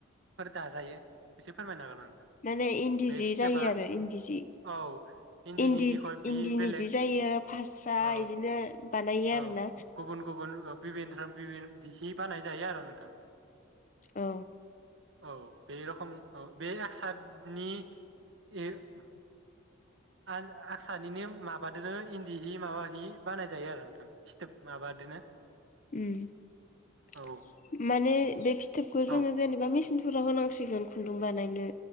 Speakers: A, on the right; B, on the left.
A: दाजायो एसे फोरमायनो हागोन नोंथां
B: माने इन्दि
A: बे
B: जि
A: सिथोबा
B: जायो आरो इन्दि जि
A: औ इन्दिनि
B: इन्दिजि
A: जिखय बि
B: इन्दिनि
A: बेलेग
B: जि जायो फास्रा
A: औ
B: इदिनो बानायो
A: औ
B: आरोना
A: गुबुन गुबुन <unintelligible> हि बानाय जायो आरो नोंथां <inaudible>
B: औ
A: औ बे रखम औ बे <unintelligible> आ-आसानिनो माबादो इन्दि हि माबा हि बानायजायो आरो नोंथां फिथोब माबादोनो
B: ओम
A: औ
B: माने बे फिथोबखौ जोङो
A: औ
B: जेनेबा मेचिन फोराव होनांसिगोन खुन्दुं बानायनो